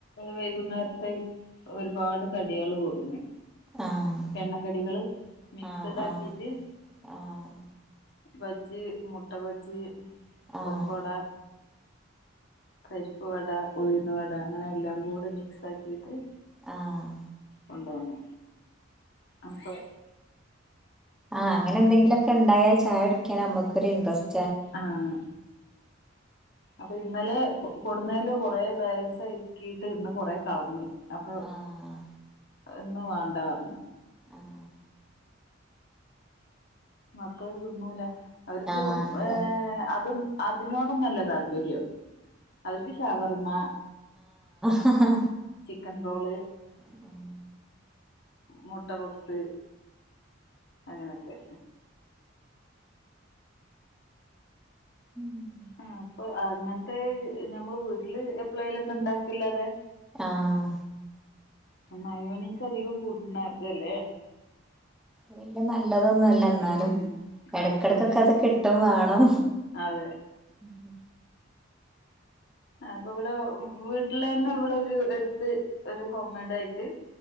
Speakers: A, on the left (about 55°); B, in the centre.
A: വൈകുന്നേരത്തെ ഒരുപാട് കടികള് കൊട്ന്നു
B: ആഹ്
A: എണ്ണക്കടികള് മിക്സഡ്
B: ആഹ്
A: ആക്കിട്ട്
B: ആഹ് ആഹ്
A: ബജ്ജി മുട്ട ബജ്ജി
B: ആഹ്
A: പൊക്കോട പരിപ്പ്ുവട ഉഴുന്ന വട അങ്ങനെ എല്ലാം കൂടെ മിക്സ് ആക്കിട്ട്
B: ആഹ
A: കൊണ്ടുവന്നു അപ്പോൾ
B: ആഹ് അങ്ങനെ എന്തങ്കിലൊക്കെ ഉണ്ടായാ ചായ കുടിക്കാൻ നമുക്കൊരു ഇൻട്രസ്
A: ആഹ അപ്പൊ ഇന്നലെ കൊടുന്നതില് കൊറ ബാലൻസ് ആക്കീട്ട് ഇന്ന് കൊറ കളഞ്ഞഞ് അപ്പൊ
B: ആഹ്
A: ഇന്ന് വേണ്ട പറഞ്
B: ആഹ്
A: മക്കൾ തുന്നുല അവർക്ക്
B: ആഹ് അതെ
A: ഏ അതും അതിനോടന്നല്ല താല്പര്യം അവർക്ക് ഷവർമ്മ
B: ആഹാ
A: കൺട്രോള്
B: ഉഹ
A: മുട്ട പപ്സ് അങ്ങനെയൊക്കെ
B: ഉം
A: ആ അപ്പൊ അങ്ങനത്തെ ഞമ്മള് വീട്ടില് എപ്ലൈലൊക്കെ ഇണ്ടാക്കല്ലാതെ
B: ആഹ
A: മയോണീസ് അധികം കൂട്ടണ്തല്ലേ
B: വല്ിയ നല്ലതൊന്നുംല്ല ന്നാലും
A: ഉം ആ
B: ഇടക്കിടക്കൊക്കെ
A: അപ്പൊ പിന്നെ
B: അത് കിട്ടും വേണം
A: അതെ
B: ഉ
A: ആ അപ്പൊ ഇവിടെ വീട്ടില് തന്നെ ഇവിടെ ഒരു എടുത്ത് ഒരു ഹോം മെയഡ ആയിട്ട്